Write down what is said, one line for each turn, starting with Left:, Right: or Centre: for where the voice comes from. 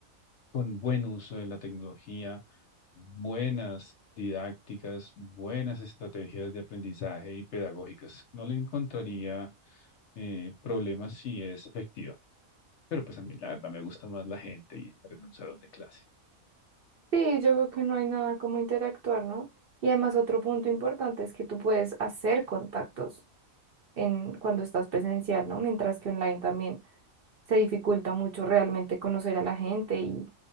Left: con buen uso de la tecnología, buenas didácticas, buenas estrategias de aprendizaje y pedagógicas. No le encontraría eh, problemas si es efectiva. Pero pues a mí la verdad me gusta más la gente y estar en un salón de clase.
Right: Sí, yo creo que no hay nada como interactuar, ¿no? Y además otro punto importante es que tú puedes hacer contactos en cuando estás presencial, ¿no? Mientras que online también se dificulta mucho realmente conocer a la gente y